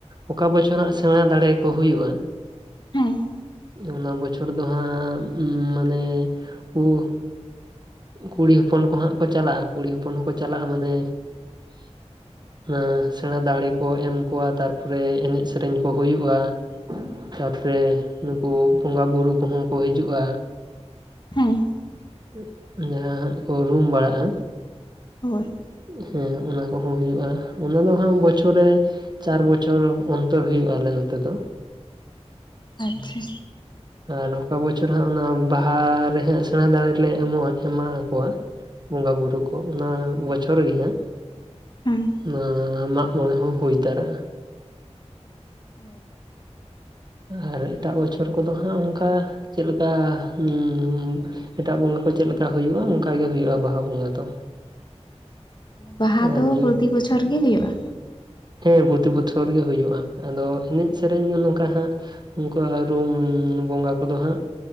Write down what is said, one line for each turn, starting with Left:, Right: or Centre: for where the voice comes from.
Right: ᱚᱠᱟ ᱵᱚᱪᱷᱚᱨ ᱦᱟᱸᱜ ᱥᱮᱬᱟ ᱫᱟᱲᱮ ᱠᱚ ᱦᱩᱭᱩᱜᱼᱟ,
Left: ᱦᱮᱸ,
Right: ᱚᱱᱟ ᱵᱚᱪᱷᱚᱨ ᱫᱚ ᱦᱟᱸᱜ, ᱢᱟᱱᱮ ᱦᱩ, <inaudible> ᱠᱩᱲᱤ ᱦᱚᱯᱚᱱ ᱠᱚ ᱦᱟᱸᱜ ᱠᱚ ᱪᱟᱞᱟᱜᱼᱟ, ᱠᱩᱲᱤ ᱦᱚᱯᱚᱱ ᱦᱚᱸᱠᱚ ᱪᱟᱞᱟᱜᱼᱟ ᱢᱟᱱᱮ <inaudible> ᱦᱮᱸ ᱥᱮᱬᱟ ᱫᱟᱲᱮ ᱠᱚ ᱮᱢ ᱠᱚᱣᱟ ᱛᱟᱨᱯᱚᱨᱮ ᱮᱱᱮᱡ ᱥᱮᱨᱮᱧ ᱠᱚ ᱦᱩᱭᱩᱜᱼᱟ᱾ ᱛᱟᱨᱯᱚᱨᱮ ᱱᱩᱠᱩ ᱵᱚᱸᱜᱟ ᱵᱩᱨᱩ ᱠᱚᱦᱚᱸ ᱠᱚ ᱦᱤᱡᱩᱜᱼᱟ᱾
Left: ᱦᱮᱸ,
Right: <inaudible> ᱡᱟᱦᱟᱸ ᱦᱟᱸᱜ ᱠᱚ ᱨᱩᱢ ᱵᱟᱲᱟᱜᱼᱟ᱾
Left: ᱦᱳᱭ, <unintelligible>
Right: ᱦᱮᱸ ᱚᱱᱟ ᱠᱚᱦᱚᱸ ᱦᱩᱭᱩᱜᱼᱟ, ᱚᱱᱟ ᱫᱚ ᱦᱟᱸᱜ ᱵᱚᱪᱷᱚᱨ ᱨᱮ ᱪᱟᱨ ᱵᱚᱪᱷᱚᱨ ᱚᱱᱛᱚᱨ ᱦᱩᱭᱩᱜ-ᱟ ᱟᱞᱮ ᱱᱚᱛᱮ ᱫᱚ᱾
Left: ᱟᱪᱪᱷᱟ,
Right: ᱟᱨ ᱚᱠᱟ ᱵᱚᱪᱷᱚᱨ ᱦᱟᱸᱜ ᱚᱱᱟ ᱵᱟᱦᱟᱨᱮ ᱦᱟᱸᱜ ᱥᱮᱬᱟ ᱫᱟᱸᱲᱮ ᱞᱮ ᱮᱢᱚᱜᱼᱟ, ᱮᱢᱟ ᱟᱠᱚᱣᱟ ᱵᱚᱸᱜᱟ ᱵᱩᱨᱩ ᱠᱚ, ᱚᱱᱟ ᱵᱚᱪᱷᱚᱨ ᱨᱮᱜᱮ ᱦᱟᱸᱜ,
Left: ᱦᱮᱸ
Right: ᱱᱚᱣᱟ ᱢᱟᱜ ᱢᱚᱬᱮ ᱦᱚᱸ ᱦᱩᱭ ᱛᱟᱨᱟᱜᱼᱟ᱾
Left: ᱚ
Right: ᱟᱨ ᱮᱴᱟᱜ ᱵᱚᱪᱷᱚᱨ ᱠᱚᱫᱚ ᱦᱟᱸᱜ ᱚᱱᱠᱟ ᱪᱮᱫ ᱞᱮᱠᱟ ᱦᱩ ᱦᱩ, ᱮᱴᱟᱜ ᱵᱚᱸᱜᱟ ᱠᱚ ᱪᱮᱫ ᱞᱮᱠᱟ ᱦᱩᱭᱩᱜᱼᱟ, ᱚᱱᱠᱟᱜᱮ ᱦᱩᱭᱩᱜᱼᱟ ᱵᱟᱦᱟ ᱵᱚᱸᱜᱟ ᱫᱚ᱾
Left: ᱵᱟᱦᱟ
Right: ᱟᱨ
Left: ᱫᱚ
Right: ᱡᱩᱫᱤ
Left: ᱯᱨᱚᱛᱤ ᱵᱚᱪᱷᱚᱨ ᱜᱮ ᱦᱩᱭᱩᱜᱼᱟ᱾
Right: ᱦᱮᱸ ᱯᱨᱚᱛᱤ ᱵᱚᱪᱷᱚᱨ ᱜᱮ ᱦᱩᱭᱩᱜᱼᱟ ᱟᱫᱚ ᱮᱱᱮᱡ ᱥᱮᱨᱮᱧ ᱫᱚ ᱱᱚᱝᱠᱟ ᱦᱟᱸᱜ, ᱱᱚᱝᱠᱟ ᱟᱨ ᱦᱚᱸ ᱨᱩᱢ ᱵᱚᱸᱜᱟ ᱠᱚᱫᱚ ᱦᱟᱸᱜ